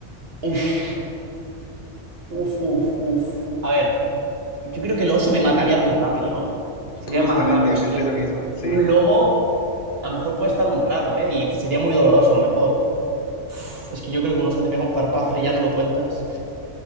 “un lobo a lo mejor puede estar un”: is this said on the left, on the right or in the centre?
Right